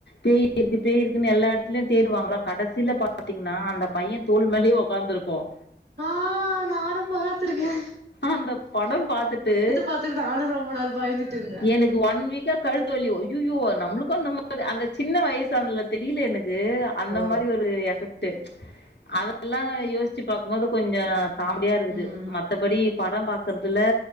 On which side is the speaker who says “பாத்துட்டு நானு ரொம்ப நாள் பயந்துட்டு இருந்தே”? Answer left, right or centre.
Right